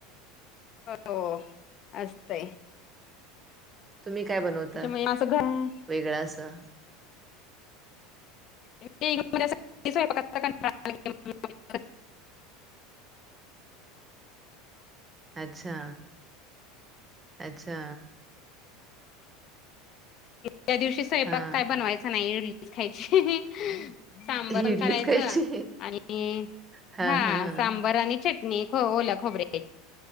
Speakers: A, on the left; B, on the right.
A: हो असतय.
B: तुम्ही काय बनवता
A: त्याच्यामुळे असं घर
B: वेगळा असं.
A: <unintelligible> <unintelligible> <unintelligible>
B: अच्छा, अच्छा.
A: त्या दिवशी स्वयंपाक
B: हां.
A: काय बनवायचा नाही. खायची सांबरण
B: इडलीच
A: करायचं
B: खायची?
A: आणि
B: हां,
A: हा
B: हां.
A: सांबर आणि चटणी ख ओलं खोबरे